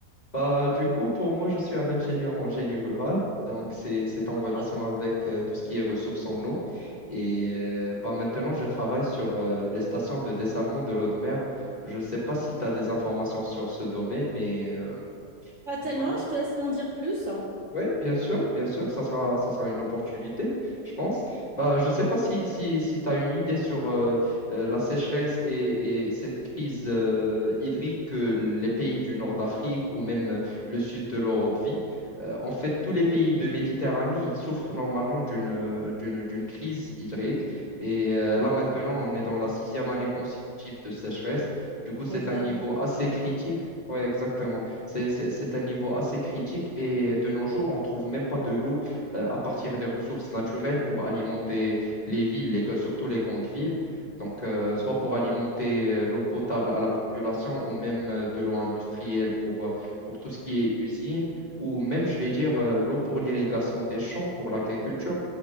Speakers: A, on the left; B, on the right.
A: Bah, du coup, pour moi, je suis un ingénieur en génie rural. Donc, c'est, c'est en
B: Ok.
A: relation avec euh, tout ce qui est ressources en eau. Et euh, bah, maintenant, je travaille sur euh, les stations de dessalement de l'eau de mer. Je ne sais pas si tu as des informations sur ce domaine, mais euh,
B: Pas tellement,
A: normalement,
B: je te laisse m'en dire plus.
A: Oui, bien sûr, bien sûr, ça sera, ça sera une opportunité, je pense. Bah, je ne sais pas si, si, si tu as une idée sur euh, euh, la sécheresse et, et cette crise euh, hydrique que les pays du nord d'Afrique ou même euh, le sud de l'Europe vit. Euh, en fait, tous les pays de Méditerranée, ils souffrent normalement d'une, euh, d'une, d'une crise hydrique. Et euh, là, maintenant, on est dans la sixième année consécutive de sécheresse. Du coup, c'est
B: Oui, j'en
A: un
B: avais
A: niveau
B: entendu
A: assez
B: parler.
A: critique. Oui, exactement. C'est, c'est- c'est un niveau assez critique et de nos jours, on trouve même pas de l'eau euh, à partir des ressources naturelles pour alimenter les villes, les- surtout les grandes villes. Donc, euh, soit pour alimenter euh, l'eau potable à la population ou même euh, de l'eau industrielle pour, euh, pour tout ce qui est usine ou même, je vais dire, euh, l'eau pour l'irrigation des champs, pour l'agriculture.